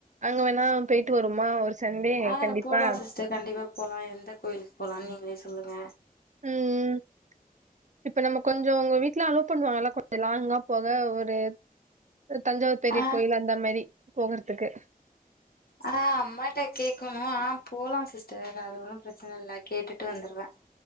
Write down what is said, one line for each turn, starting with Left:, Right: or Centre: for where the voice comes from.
Right: அங்க வேணா போய்ட்டு வருமா ஒரு சண்டே
Left: ஆ
Right: கண்டிப்பா
Left: போலா சிஸ்டர் கண்டிப்பா போலா எந்த கோயிலுக்கு போலானு நீங்களே சொல்லுங்க
Right: ம் இப்ப நம்ம கொஞ்சோ உங்க வீட்லா அலோ பண்ணுவாங்கலா கொஞ்சோ லாங்கா போக ஒரு தஞ்சாவூர் பெரிய
Left: ஆ
Right: கோயில் அந்த மாரி போகறதுக்கு
Left: ஆ அம்மாட்ட கேக்கணு ஆ போலா சிஸ்டர் அது ஒன்னு பிரச்சன இல்ல கேட்டுட்டு வந்துருவ